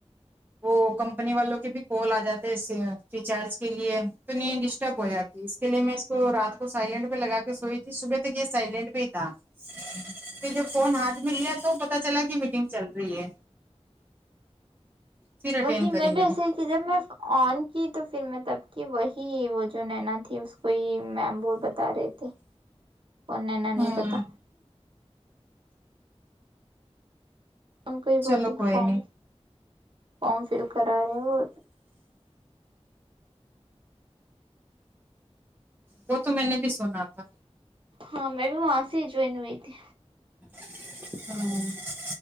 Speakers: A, on the right; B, on the right.
A: وہ کمپنی والوں کے بھی کال آ جاتے ہے اس فریچارج کے لیے تو نیند ڈسٹرب ہو جاتی ہے اس کے لیے میں اس کو رات کو سائلینٹ پہ لگا کے سوئی تھی صبح تک یہ سائلینٹ پہ ہی تھا پھر جب فون ہاتھ میں لیا تو پتا چلا کہ میٹنگ چل رہی ہے پھر اٹینڈ
B: وہی میں
A: کری
B: بھی ایسے
A: نے
B: ہی کہ جب میں آن کی تو پھر میں تب کی وہی وہ جو نینا تھی اس کو ہی میم ب بتا رہے تھے او نینا نہیں
A: ہوں
B: پتا ان کو یہ بولتی
A: چلو کوئی
B: فارم
A: نہیں
B: فارم فل کرا رہے ہیں وہ
A: وہ تو میں نے بھی سنا تھا
B: ہاں میں بھی وہا سے جوائن ہوئی تھی
A: ہمم